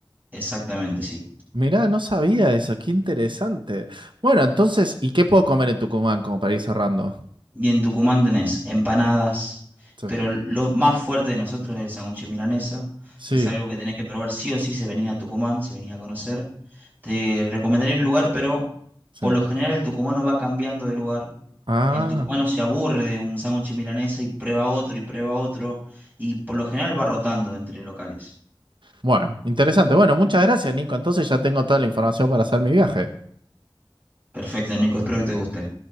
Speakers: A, on the right; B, on the right.
A: Exactamente, sí.
B: Mirá, no sabía eso, qué interesante. Bueno, entonces, ¿y qué puedo comer en Tucumán como para ir cerrando?
A: Y en Tucumán tenés empanadas,
B: Sí.
A: pero lo más fuerte de nosotros es el sándwich de milanesa,
B: Sí,
A: que es algo que tenés que probar sí o sí si venís a Tucumán, si venís a conocer. Te recomendaría un lugar, pero
B: sí.
A: por lo general el tucumano va cambiando de lugar.
B: Ah,
A: El tucumano se aburre de un sándwich de milanesa y prueba otro y prueba otro, y por lo general va rotando entre locales.
B: bueno, interesante. Bueno, muchas gracias, Nico. Entonces ya tengo toda la información para hacer mi viaje.
A: Perfecto, Nico, espero que te guste.